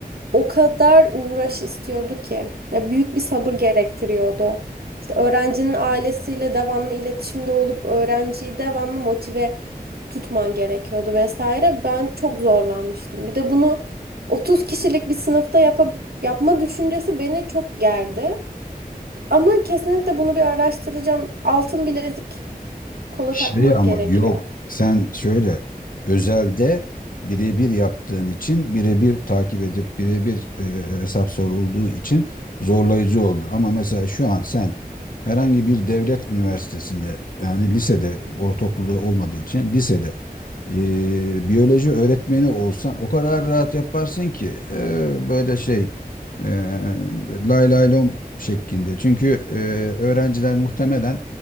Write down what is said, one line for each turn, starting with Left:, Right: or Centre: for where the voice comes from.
Right: o kadar uğraş istiyordu ki ya büyük bir sabır gerektiriyordu. İşte öğrencinin ailesiyle devamlı iletişimde olup öğrenciyi devamlı motive tutman gerekiyordu vesaire. Ben çok zorlanmıştım. Bir de bunu 30 kişilik bir sınıfta yapa- yapma düşüncesi beni çok gerdi. Ama kesinlikle bunu bir araştıracağım. Altın bilezik kola
Left: Şey
Right: takmak
Left: ama
Right: gerekiyor.
Left: yok sen şöyle özelde birebir yaptığın için birebir takip edip birebir e, hesap sorulduğu için zorlayıcı oldu. Ama mesela şu an sen herhangi bir devlet üniversitesinde yani lisede ortaokulda olmadığı için lisede e, biyoloji öğretmeni olsan o kadar rahat yaparsın ki e, böyle şey e, lay lay lom şeklinde. Çünkü e, öğrenciler muhtemelen